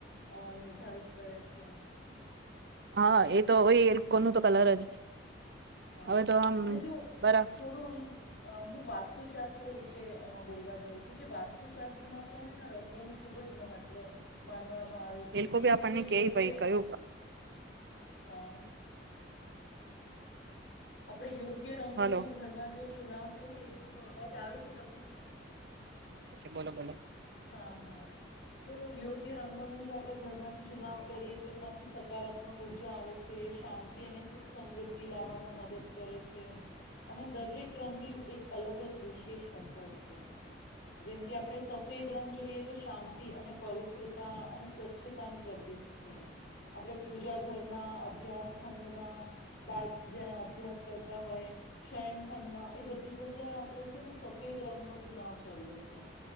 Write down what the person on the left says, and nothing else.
અ નિર્ધારિત કરે છે. <inaudible>
હા
અને જો
થોડું આમ. અ હું વાસ્તુશાસ્ત્ર વિશે બોલવા જાઉં છું કે વાસ્તુશાસ્ત્ર. પણ રંગોનું ખૂબ. ખબ જ મહત્વ માનવામાં. આવે છે
જેવી
રીતે
યોગ્ય
હા. આપણે યોગ્ય. રંગ
નો ઘરમાં જો. ચુનાવ કરીએ હલો અવાજ આવે છે તમને.
હા હા તો યોગ્ય રંગો ન જો આપણે ઘરમાં ચુનાવ કરીએ તો એમાંથી સકારાત્મક ઉર્જા આવે છે શાંતિ અને સુખ સમૃદ્ધિ લાવવામાં મદદ કરે છે અને દરેક રંગની એક અલગ જ વિશેષ અસર છે જેમ કે આપણે. સફેદ રંગ જોઈએ તો શાંતિ અને પવિત્રતા અને સ્વચ્છતાનુંું પ્રતીિક છે આપણે પૂજા ઘરમાં અભ્યાસ ખંડમાં બાળ જ્યાં અભ્યાસ કરતા હોય શયન ખંડમાં એ બધી જગ્યાએ આપણે છે ને સફેદ રંગનોો ચુનાવ કરીએ છ છે.